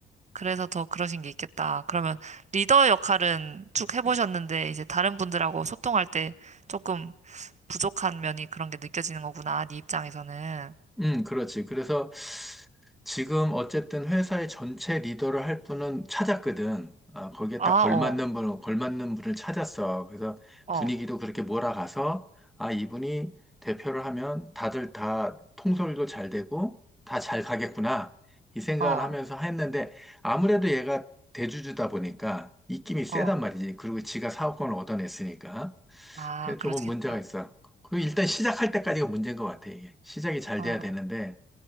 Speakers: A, on the right; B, in the centre.
A: 그래서 더 그러신 게 있겠다. 그러면 리더 역할은 쭉 해보셨는데 이제 다른 분들하고 소통할 때 조금 부족한 면이 그런 게 느껴지는 거구나, 네 입장에서는.
B: 음, 그렇지. 그래서 지금 어쨌든 회사의 전체 리더를 할 분은 찾았거든. 아, 거기에
A: 아,
B: 딱 걸맞는
A: 어,
B: 분을, 걸맞는 분을 찾았어. 그래서
A: 어.
B: 분위기도 그렇게 몰아가서, 아, 이분이 대표를 하면 다들 다 통솔도 잘 되고, 다 잘 가겠구나. 이 생각을
A: 어,
B: 하면서 했는데, 아무래도 얘가 대주주다 보니까 입김이 세단
A: 어.
B: 말이지. 그리고 지가 사업권을 얻어냈으니까.
A: 아,
B: 그래서 조금
A: 그렇겠다.
B: 문제가 있어. 그 일단 시작할 때까지가 문제인 것 같아, 이게. 시작이 잘
A: 어,
B: 돼야 되는데,